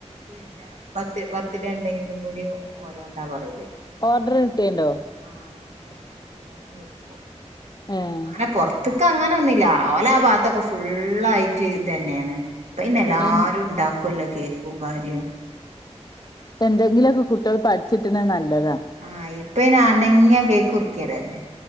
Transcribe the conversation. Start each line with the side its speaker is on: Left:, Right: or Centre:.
Right: പിന്നെ പത്ത് പർ ത്തിരിണ്ടെങ്കിലും കൂടിയും ഓരോണ്ടാ പറയല്
Left: ഓർഡർ
Right: ഇണ്ടാക്കാൻ.
Left: കിട്ടേണ്ടോ
Right: ആഹ് അങ്ങനെ ഇണ്ടാക്കി കൊടുക്കും.
Left: ഏഹ്
Right: അങ്ങനെ പൊറത്ത്ക്ക് അങ്ങനൊന്നുല്ല. അവലെ ആ ഭാത്തൊക്കെ ഫുള്ളായിട്ട് ഇതന്നെയാണ്. ഇപ്പ പിന്നെ എല്ലാരും
Left: എൻ
Right: ഇണ്ടാക്കല്ലോ കേക് ക്കും കാര്യോം.
Left: എന്തെങ്കിലു ഒക്കെ കുട്ട്യേള് പഠിച്ചിട്ട്ണെ നല്ലതാ.
Right: ആഹ് ഇപ്പയിന് അനങ്ങ്യാ കേക്ക് മുറിക്കലല്ലേ.